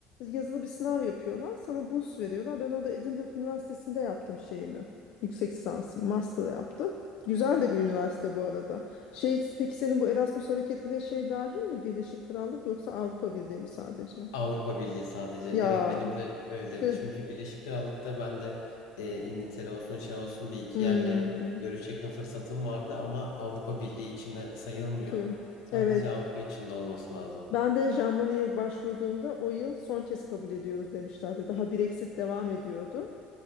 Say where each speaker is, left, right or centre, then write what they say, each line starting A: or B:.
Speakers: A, on the left; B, on the left.
A: yazılı bir sınav yapıyorlar. Sana burs veriyorlar. Ben orada Edinburgh Üniversitesi'nde yaptım şeyimi. Yüksek lisansım, master yaptım. Güzel de bir üniversite bu arada. Şey, peki senin bu Erasmus hareketliliğe şey dahil mi? Birleşik Krallık yoksa Avrupa Birliği mi sadece?
B: Avrupa Birliği sadece. Evet
A: Ya
B: benim de öyle.
A: tüh.
B: Çünkü Birleşik Krallık'ta ben de eee, İngiltere olsun şey olsun bir iki
A: Hmm,
B: yerle görüşecektim fırsatım vardı ama Avrupa Birliği içinde sayılmıyor.
A: tüh.
B: Sadece
A: Evet
B: Avrupa içinde olması lazım.
A: Ben de Jean Monnet'e başvurduğumda o yıl son kez kabul ediyoruz demişlerdi. Daha Brexit devam ediyordu.